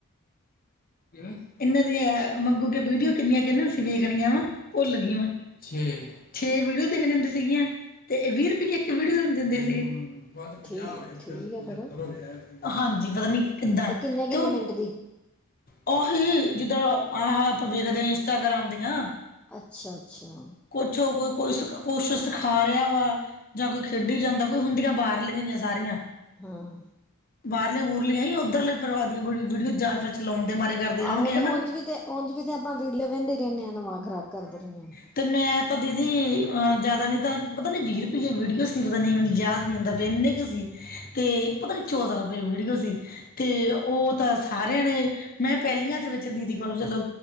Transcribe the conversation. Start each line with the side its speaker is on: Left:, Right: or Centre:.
Left: ਇਹਨਾਂ ਦੀਆਂ ਮੰਗੂ ਕੇ ਵੀਡੀਓ ਕਿੰਨੀਆਂ ਕਹਿੰਦੇ ਅਸੀਂ ਵੇਖਣੀਆਂ ਵਾ ਭੁੱਲ ਗਈ ਵਾ ਛੇ ਵੀਡੀਓ ਦੇਖਣ ਦਿੰਦੀ ਸੀਗੀਆਂ ਤੇ ਵੀਹ ਰੁਪਈਏ ਇੱਕ ਵੀਡੀਓ ਦਿੰਦੇ ਸੀਗੇ ਪੰਜਾਹ
Centre: ਠੀਕ
Left: ਹੋ ਗਏ
Centre: ਠੀਕ
Left: ਸੀ
Centre: ਹੈ ਫਿਰ
Left: ਹੋ ਹਾਂਜੀ ਪਤਾ ਨੀ ਕਿੱਦਾਂ
Centre: ਕਿੰਨੇ ਕਿੰਨੇ
Left: ਤੇ ਉਹ
Centre: ਮਿੰਟ ਦੀ
Left: ਉਹੀ ਜਿੱਦਰ ਆ ਆਪ ਵੇਖਦੇ ਇੰਸਟਾਗ੍ਰਾਮ ਦੀਆਂ
Centre: ਅੱਛਾ ਅੱਛਾ
Left: ਪਿੱਛੋਂ ਕੋਈ ਕੁ ਕੁਛ ਸਿਖਾ ਰਿਹਾ ਵਾ ਜਾਂ ਕੋਈ ਖੇਡੀ ਜਾਂਦਾ ਕੋਈ ਹੁੰਦੀਆਂ ਬਾਹਰਲੀਆਂਈਆਂ ਸਾਰੀਆਂ
Centre: ਹਾਂ
Left: ਬਾਹਰਲੀਆਂ ਬੁਰਲੀਆਂ ਹੀ ਉੱਧਰਲੇ ਫਿਰਵਾ ਦੀਆਂ ਵੀਡੀਓ ਜਾਨ ਫਰ ਚਲਾਉਣ ਦੇ ਮਾਰੇ ਕਰਦੇ ਹੋਣਗੇ
Centre: ਆਹੋ ਤੇ
Left: ਹਨਾ।
Centre: ਉਚ ਵੀ ਉਚ ਵੀ ਤੇ ਆਪਾਂ ਵੀਡੀਓ ਵਹਿੰਦੇ ਹੀ ਰਹਿੰਦੇ ਹਾਂ ਦਿਮਾਗ਼ਰਾਬ ਕਰਦੇ ਰਹਿੰਦੇ ਹਾਂ
Left: ਅਤੇ ਮੈਂ ਤਾਂ ਦੀਦੀ ਜ਼ਿਆਦਾ ਨਹੀਂ ਤਾਂ ਪਤਾ ਨਹੀਂ ਵੀਹ ਰੁਪਈਏ ਵੀਡੀਓ ਸੀ ਪਤਾ ਨਹੀਂ ਮੈਨੂੰ ਯਾਦ ਨਹੀਂ ਆਉਂਦਾ ਪਏ ਇੰਨੇ ਕੁ ਤੇ ਪਤਾ ਚੌਦਾਂ ਰੁਪਏ ਵਿੜਓ ਸੀ ਤੇ ਉਹ ਤਾਂ ਸਾਰਿਆਂ ਨੇ ਮੈਂ ਪਹਿਲੀਆਂ ਚ ਵਿੱਚ ਦੀਦੀ ਕੋਲੋਂ ਚਲੋ